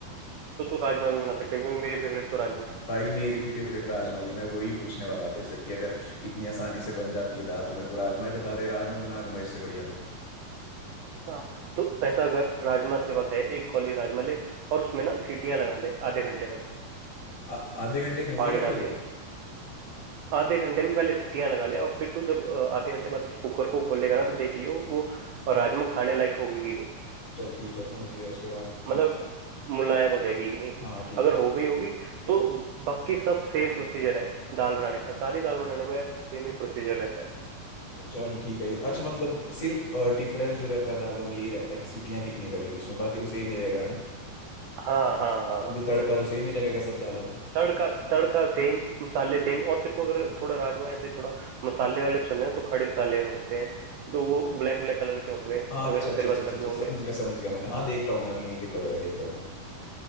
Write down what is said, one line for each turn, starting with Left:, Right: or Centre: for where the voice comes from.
Right: तो तू राजमा भी बना सकते है क्योंकि मेरी फेवरेट तो राजमा है
Left: भाई मेरी भी फेवरेट राजमा ही है मैं वही पूछने वाला था तेरे से कि अगर इतनी आसानी से बन जाती है दाल तो मेरे को राजमा ही बता दे राजमा बना लूंगा इससे बढ़िया तो
Right: हाँ तो ऐसा अगर राजमा तेरे पास है एक कौली राजमा ले और उसमें ना सीटियां लगा ले आधे घंटे तक
Left: आ- आधे घंटे में हो
Right: पानी
Left: जाएगी
Right: डाल
Left: वो
Right: के आधे घंटे में पहले सीटियां लगा ले और फिर तू जब अ, आधे घंटे बाद उस कुकर को खोलेगा ना तो देख लियो वो राजमा खाने लायक होगी कि नहीं
Left: चल ठीक है समझ गया उसके बाद
Right: मतलब मुलायम हो जाएगी कि नहीं
Left: हाँ ठीक
Right: अगर
Left: है ठीक
Right: हो
Left: है
Right: गई होगी तो बाकी सब सेम प्रोसीजर है दाल बनाने का सारी दाल बनाने का यार सेम ही प्रोसीजर रहता है
Left: चल ठीक है अच्छा मतलब सिर्फ डिफरेंस जो रहता है दालों में यही रहता है कि सीटियाँ कितनी लगेगी उसमें बाकी तो सेम ही रहेगा ना
Right: हाँ हाँ हाँ
Left: क्योंकि
Right: हाँ
Left: तड़का तो सेम ही लगेगा सब दालों में
Right: तड़का तड़का सेम मसाले सेम और तेरे को अगर थोड़ा राजमा ऐसे थोड़ा मसाले वाले पसंद है तो खड़े मसाले होते हैं तो वो ब्लैक ब्लैक कलर के होंगे
Left: हाँ अच्छा
Right: अगर तेरे
Left: अच्छा अच्छा
Right: पास
Left: अच्छा
Right: घर
Left: अच्छा
Right: में होंगे
Left: समझ गया समझ गया मैंने हाँ देख रहा हूँ मैं अब यहीं पे पड़े हैं देख रहा हूँ मैं